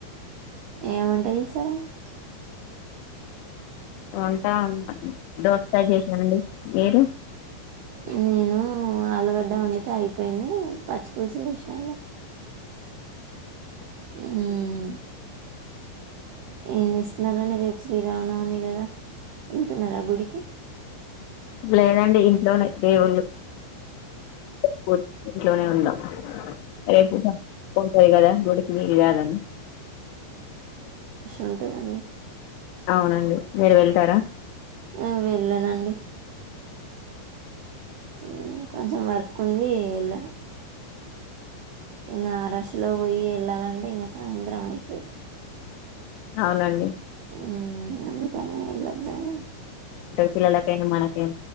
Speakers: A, on the right (about 85°); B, on the left (about 80°).
A: ఏముంట చేసారంండి
B: అవును దోస్కాయ చేషినామండి మీరు
A: నేను ఆలుగడ్డ వండితే అయిపోయింది పచ్చిపులుసు చేషినాఅండి మ్ ఏం చేస్తున్నారండి రేపు శ్రీరామనవమి గదా వెళ్తున్నార ఆ గుడికి
B: లేదండి ఇం లోనే దేవుళ్ళు పూ <unintelligible> ఇంట్లోనే ఉందాం రేపు మొక్కు ఉంటది కదా గుడికి వెళ్లాలని
A: ఉంటదన్ని
B: అవునండి మీరు వెళ్తారా
A: ఆ వెళ్ళనండి మ్.. కొంచెం వర్క్ ఉంది ఎళ్ళను ఇంగ అరష్లో పోయయ్యీ వెళ్ళాలంటే ఇంగ సాయంత్రం అయితది
B: అవునండి
A: మ్మ్ అన్ ఇకానే ఎలాద్దని
B: పిల్లానా కైన మనక్